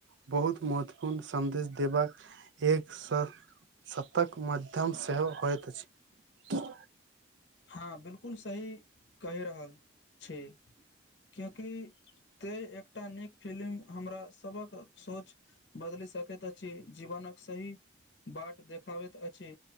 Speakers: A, on the right; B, on the left.
A: बहुत महत्वपूर्ण सन्देश देबाक एक स सतक माध्यम सेहो होइत अछि।
B: हाँ बिलकुल सही कहि रहल छी कियोंकी तै एकटा नीक फिलिम हमरा सभक सोच बदलि सकैत अछि जीवनक सही बाट देखाबैत अछि